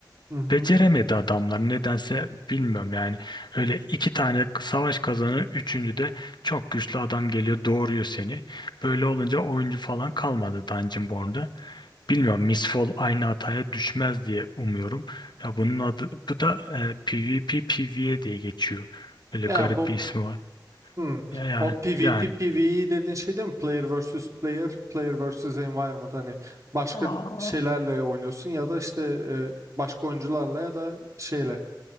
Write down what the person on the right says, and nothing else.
Hı hı.
Ya
bu
Hmm.
O PvP
PvE dediğin şey değil mi? Player versus player, player versus environment. Hani başka
şeylerle oynuyorsun ya da işte e, başka oyuncularla ya da şeyle.